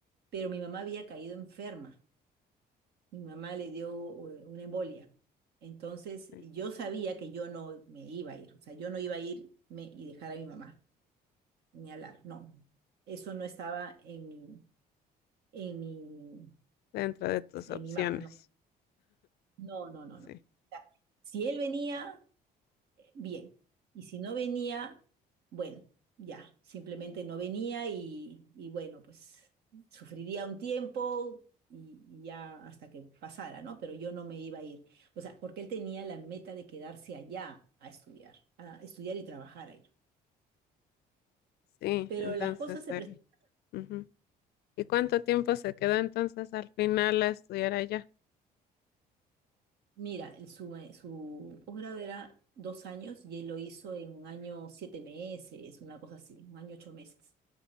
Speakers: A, on the right; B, on the left.
A: pero mi mamá había caído enferma, mi mamá le dio eh, una embolia, entonces
B: sí,
A: yo sabía que yo no me iba a ir, o sea, yo no iba a irme y dejar a mi mamá, ni hablar, no, eso no estaba en mi, en mi,
B: dentro de tus
A: en
B: opciones.
A: mi mapa, ¿no? No, no, no,
B: Sí,
A: no. Ya. Si él venía, eh, bien. Y si no venía, bueno, ya, simplemente no venía y, y bueno, pues sufriría un tiempo y, y ya hasta que pasara, ¿no? Pero yo no me iba a ir. O sea, porque él tenía la meta de quedarse allá a estudiar, a estudiar y trabajar allá.
B: sí,
A: Pero
B: entonces
A: las cosas se
B: él.
A: presentaron.
B: ujú. ¿Y cuánto tiempo se quedó entonces al final a estudiar allá?
A: Mira, el- su, eh, su posgrado era dos años y él lo hizo en un año siete meses, una cosa así, un año ocho meses.